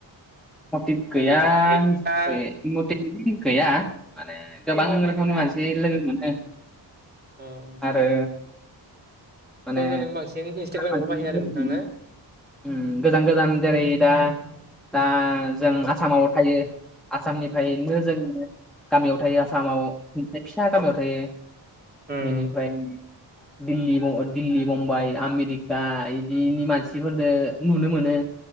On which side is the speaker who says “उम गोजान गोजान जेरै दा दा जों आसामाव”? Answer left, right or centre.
Centre